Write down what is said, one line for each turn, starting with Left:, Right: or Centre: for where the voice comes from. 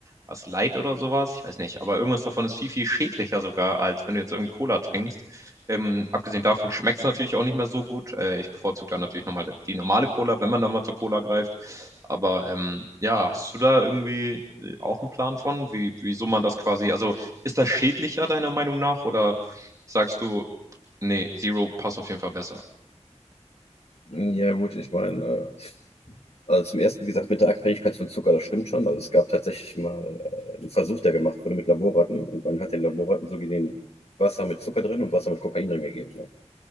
Right: was Light oder sowas, ich weiß nicht, aber irgendwas davon ist viel, viel schädlicher sogar, als wenn du jetzt irgendwie Cola trinkst. Ähm, abgesehen davon schmeckt es natürlich auch nicht mehr so gut. Äh, ich bevorzuge dann natürlich nochmal die normale Cola, wenn man da mal zur Cola greift. Aber ähm, ja, hast du da irgendwie auch einen Plan von, wie, wieso man das quasi, also ist das schädlicher deiner Meinung nach oder sagst du, nee, Zero passt auf jeden Fall besser?
Left: Ja, gut, ich meine, äh, Also zum ersten, wie gesagt, mit der Abhängigkeit von Zucker, das stimmt schon. Also es gab tatsächlich mal äh, einen Versuch, der gemacht wurde mit Laborratten und man hat den Laborratten so gesehen Wasser mit Zucker drin und Wasser mit Kokain drin gegeben. Ne?